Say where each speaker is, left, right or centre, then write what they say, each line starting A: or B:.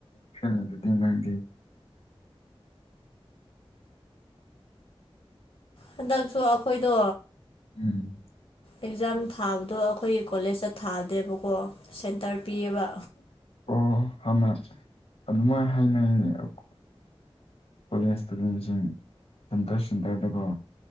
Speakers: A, on the left; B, on the left.
A: ꯐꯗ ꯇꯤꯟ ꯂꯗꯤ
B: ꯍꯟꯗꯛꯁꯨ ꯑꯩꯈꯣꯏꯗꯣ
A: ꯎꯝ
B: ꯑꯦꯛꯖꯥꯝ ꯊꯥꯕꯗꯣ ꯑꯩꯈꯣꯏꯒꯤ ꯀꯣꯂꯦꯖꯇ ꯊꯥꯗꯦꯕꯀꯣ ꯁꯦꯟꯇꯔ ꯄꯤꯌꯦꯕ
A: ꯑꯣ ꯍꯥꯟꯅ ꯑꯗꯨꯃꯥꯏꯅ ꯍꯥꯏꯅꯅꯤꯡꯉꯀꯣ ꯀꯂꯤꯁꯁꯤꯡ ꯁꯇꯣꯁ ꯆ ꯇꯔꯗꯀꯣ